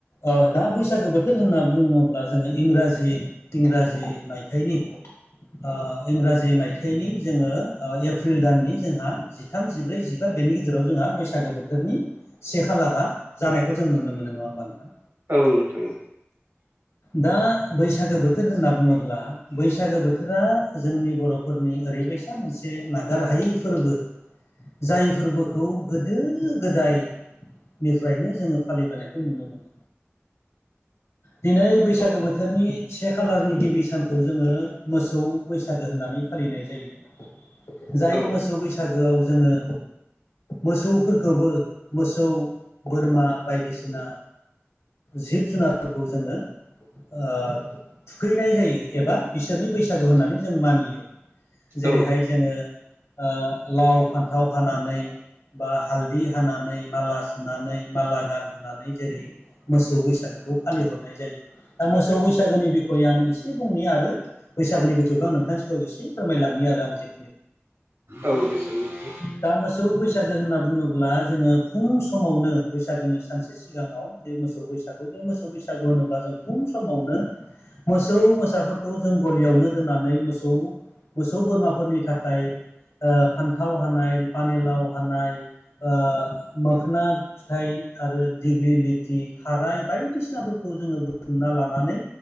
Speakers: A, on the left; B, on the right.
A: ओ दा बैसागो बोथोर होनना बुङोब्ला जोङो इंराजि इंराजि मायथाइनि ओ इंराजि मायथाइनि जोङो एप्रिल दाननि जोंहा जिथाम जिब्रै जिबा बे बेनि गेजेराव जोंहा बैसागो बोथोरनि से खालारा जानायखौ जों नुनो मोनो नङा होमबा नोंथां?
B: औ नोंथां औ।
A: दा बैसागो बोथोर होनना बुङोब्ला बैसागो बोथोरा जोंनि बर'फोरनि ओरैबायदि दा मोनसे नागार हायै फोरबो जाय फोरबोखौ गोदो गोदायनिफ्रायनो जोङो फालिबोनायखौ नुनो मोनो दिनै बैसागो बोथोरनि से खालारनि गिबि सानखौ जोङो मोसौ बैसागो होननानै फालिनाय जायो जाय
B: औ
A: मोसौ बैसागोआव जोङो मोसौफोरखौबो मोसौ बोरमा बायदिसिना जिब जुनारफोरखौ जोङो ओ थुखैनाय जायो एबा बिसोरनि बैसागु होननानै जों मानियो जेरैहाय
B: औ
A: जोङो ओ लाव फान्थाव हानानै बा हालदि हानानै माला सुनानै माला गानहोनानै जेरै मोसौ बैसागोखौ फालिहरनाय जायो दा मोसौ बैसागोनि बिखय आं एसे बुंनि आरो बैसागोनि बिखयखौ आं नोंथांनि एसे फोरमायलांनो आरो आं जे
B: औ दसो नोंथां
A: <unintelligible> दा मोसौ बैसा सागो होनना बुङोब्ला जोङो फुं समावनो बैसागोनि सानसे सिगाङाव जे मोसौ बैसागु बे मोसौ बैसागु होनोब्ला जों फुं समावनो मोसौ मोसाफोरखौ जों गलियावनो दोननानै मोसौ मोसौ बोरमाफोरनि थाखाय ओ फान्थाव हानाय पानिलाव हानाय ओ मोखोना फिथाइ आरो दिग्लि लिथि खाराय बायदिसिनाफोरखौ जोङो बुथुमना लानानै